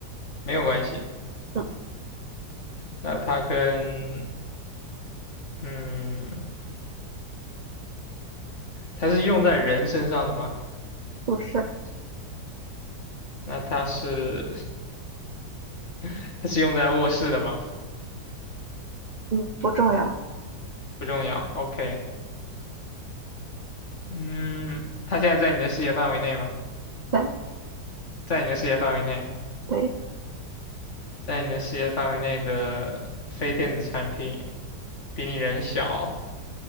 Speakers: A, on the left; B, on the right.
A: 没有关系。
B: 嗯，
A: 那它跟嗯，它是用在人身上的吗？
B: 不是，
A: 那它是 <laughs> 它是用在卧室的吗？
B: 嗯，不重要，
A: 不重要，OK。嗯，它现在在你的视野范围内吗？
B: 对，
A: 在你的视野范围内。
B: 对，
A: 在你的视野范围内的非电子产品比你人小，